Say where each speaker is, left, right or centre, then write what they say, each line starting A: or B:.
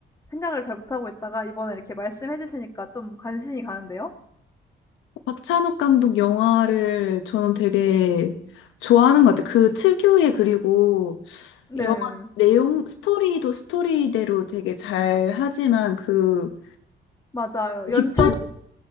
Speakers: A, on the left (about 15°); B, on the left (about 85°).
A: 생각을 잘 못하고 있다가 이번에 이렇게 말씀해 주시니까 좀 관심이 가는데요.
B: 박찬욱 감독 영화를 저는 되게 좋아하는 것 같아요. 그 특유의 그리고
A: 네.
B: 영화 내용, 스토리도 스토리대로 되게 잘 하지만 그
A: 맞아요. 연출?
B: 직접